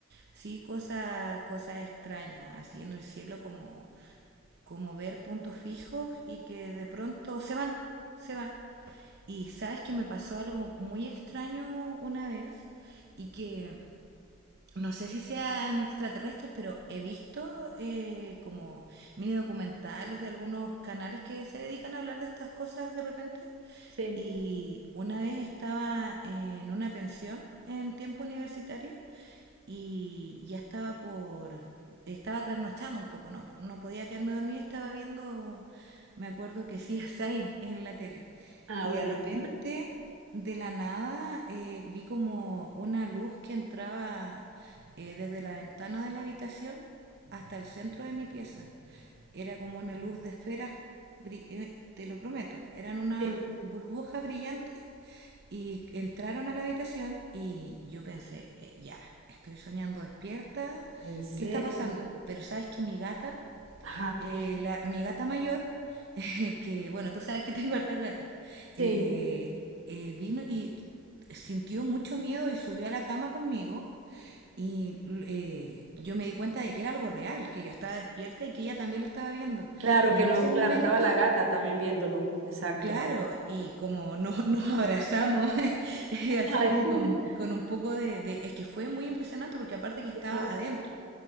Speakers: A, on the right; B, on the right.
A: sí cosas cosas extrañas así en el cielo como como ver puntos fijos y que de pronto se van, se van. Y sabes que me pasó algo muy extraño una vez y que no sé si sean extraterrestres, pero he visto eh, como mini documentales de algunos canales que se dedican a hablar de estas cosas de repente
B: sí.
A: y una vez estaba en una pensión en tiempo universitario y ya estaba por estaba trasnochando un poco, no, no podía quedarme dormida, estaba viendo, me acuerdo que sí es ahí, es en la tele.
B: Ah,
A: Y
B: bueno.
A: de repente, de la nada, eh, vi como una luz que entraba eh, desde la ventana de la habitación hasta el centro de mi pieza. Era como una luz de esferas, eh, te lo prometo, eran unas
B: Sí.
A: burbujas brillantes y entraron a la habitación y yo pensé, eh, ya, estoy soñando despierta,
B: ¿En serio?
A: ¿qué está pasando? Pero sabes que mi gata,
B: Ajá,
A: eh, la, mi gata mayor, <laughs> que bueno, tú sabes que tengo hartas gatas,
B: sí,
A: eh, eh, vino y sintió mucho miedo y subió a la cama conmigo y eh, yo me di cuenta de que era algo real, que yo estaba despierta y que ella también lo estaba viendo.
B: claro
A: Y
B: que
A: en
B: no,
A: ese
B: claro,
A: momento,
B: estaba la gata también viéndolo, exacto.
A: claro, y como no, <laughs> nos abrazamos, <laughs> eh, así
B: Ay,
A: como
B: <laughs>
A: con, con un poco de, de... Es que fue muy impresionante porque aparte que estaba
B: qué loco.
A: adentro.